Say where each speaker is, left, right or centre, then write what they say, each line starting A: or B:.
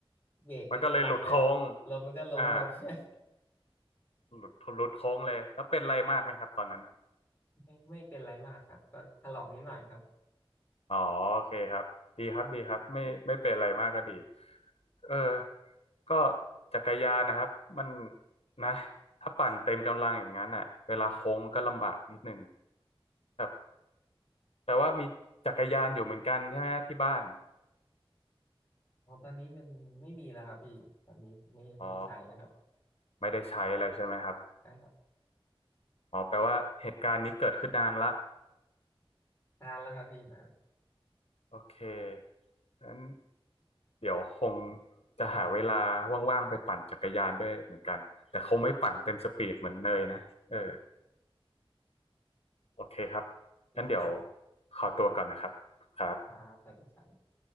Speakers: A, on the left (about 20°); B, on the left (about 85°).
A: เบรกเต็มกำลังเลยแล้วรถมันก็ล้มครับ
B: มันก็เลยหลุดโค้งอ่า
A: <laughs>
B: หลุดหลุดโค้งเลย แล้วเป็นอะไรมากไหมครับตอนนั้น
A: ไม่ไม่เป็นไรมากครับก็ถลอกนิดหน่อยครับ
B: อ๋อโอเคครับดีครับดีครับไม่ไม่เป็นอะไรมากก็ดีเออก็จักรยานนะครับมันนะถ้าปั่นเต็มกำลังอย่างนั้นอ่ะเวลาโค้งมันก็ลำบากนิดหนึ่งครับแต่ว่ามีจักรยานอยู่เหมือนกันใช่ไหมที่บ้าน
A: อ๋อตอนนี้มันไม่มีแล้วครับพี่ตอนนี้ไม่ไม่ได้ใช้แล้วครับ
B: อ๋อไม่ได้ใช้อะไรใช่ไหมครับ
A: ได้ครับ
B: อ๋อแปลว่าเหตุการณ์นี้เกิดขึ้นนานละ
A: นานแล้วครับพี่นาน
B: โอเคงั้นเดี๋ยวคงจะหาเวลาว่างๆไปปั่นจักรยานด้วยเหมือนกันแต่คงไม่ปั่นเต็มสปีดเหมือนเนยนะเออโอเคครับ
A: <laughs> นะครับ
B: งั้นเดี๋ยวขอตัวก่อนนะครับครับ
A: ครับสวัสดีครับ